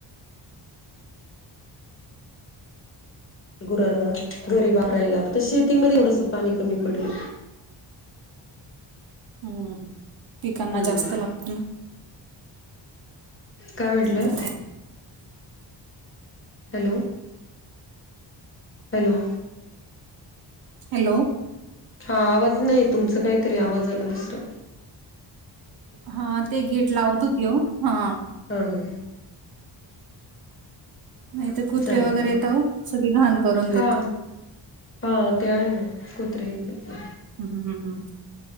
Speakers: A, on the left; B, on the right.
A: गुरांना, घरी वापरायला, शेतीमध्ये <unintelligible> पाणी कमी पडले.
B: हम् पिकांना
A: हम्म
B: जास्त लागत ना,
A: काय म्हटलं
B: ह
A: हॅलो, हॅलो,
B: हॅलो,
A: हा आवाज नाही तुमचं काहीतरी आवाजाला दुसरं
B: हा ते गेट लावत होते हो हा
A: हा हा
B: नाही तर कुत्रे
A: चालतंय
B: वगैरे येत हो सगळी घाण करून
A: हा
B: देत
A: हा ते आहे ना कुत्रे येतेत ना
B: ह्् ह््